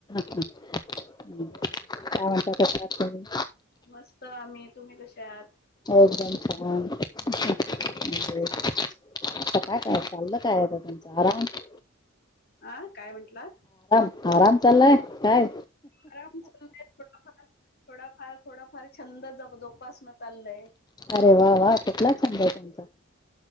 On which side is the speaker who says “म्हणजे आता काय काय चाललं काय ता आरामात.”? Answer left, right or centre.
Left